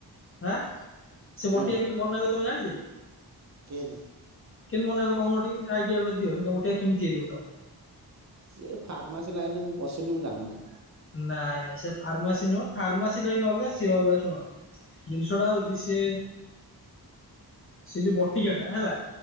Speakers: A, on the left (about 35°); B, on the right (about 45°).
A: ହଁ ସେ
B: ହଁ
A: ବଟିଆ କେମିତି ବନା ହୁଏ ତମେ ଜାଣିଛ?
B: କେନ୍ତି?
A: କେମିତି ବନାହୁଏ କଉନ ଟିକେ ଆଇଡିଆ ଗୋଟେ ଦିଅ ବଟିକା କେମିତି ତିଆରି ହଉଥିବ?
B: ସେ ଫାର୍ମାସି ଲାଇନରେ ମୁଁ ପସିନି ମୁଁ ଜାଣିନି।
A: ନାଇଁ ନାଇଁ ସେ ଫାର୍ମାସି ନୁହଁ ଫାର୍ମାସୀ ଲାଇନ ଅଲଗା ସିଏ ଅଲଗା ଶୁଣ। ଜିନିଷ ଟା ହଉଛି ସେ ସେ ଯୋଉ ବଟିକାଟା ହେଲା